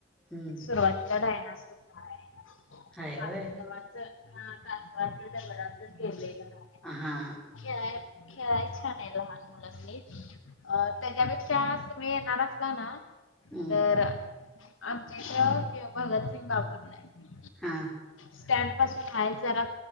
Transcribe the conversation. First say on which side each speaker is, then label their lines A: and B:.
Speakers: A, in the centre; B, on the left (about 80°).
A: हम्म.
B: सुरुवातीला डायनासोर कावाच.
A: हाय होय
B: <unintelligible> हा कासवाच दगडांच केेलेलं आहे.
A: हा.
B: खेळाय खेळाय छान आहे लहान मुलाली अ त्याच्यापेक्षा मी येनार असल ना,
A: हम्म
B: तर आमच्या इथ ह्यो भगतसिंग बाबर नाय..
A: हा.
B: स्टँड पासून आहे जरा